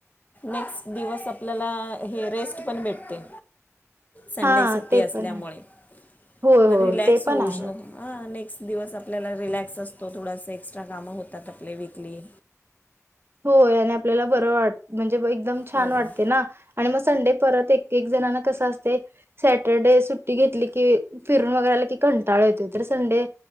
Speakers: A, on the left; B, on the right.
A: नेक्स्ट दिवस आपल्याला हे रेस्ट पण भेटते. संडे
B: हा
A: सुट्टी
B: ते
A: असल्यामुळे
B: पण आहे होय
A: मुळे
B: होय
A: रिलॅक्स
B: ते पण
A: होऊ
B: आहे
A: शकतो. हां दिवस आपल्याला रिलॅक्स असते. थोडासा एक्स्ट्रा काम होतात, आपले वीकली.
B: होय! आणि आपल्याला बरं वाट <unintelligible> छान!
A: हो
B: वाटते
A: हो
B: ना आणि मग संडे परत एक एक जणांना कसं असतंय सॅटरडे सुट्टी घेतली, की फिरून वगैर आला की कंटाळ येतोय. तर संडे